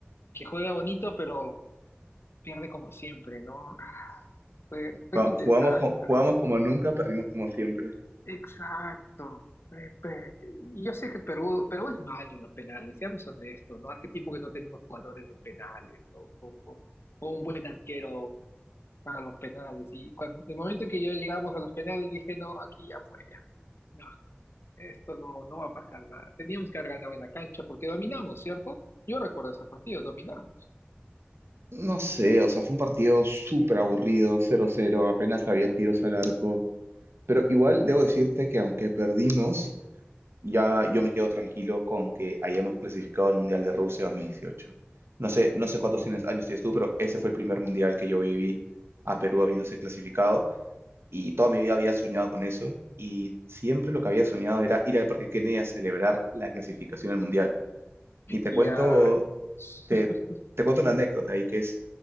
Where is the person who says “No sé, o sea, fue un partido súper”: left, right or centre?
Right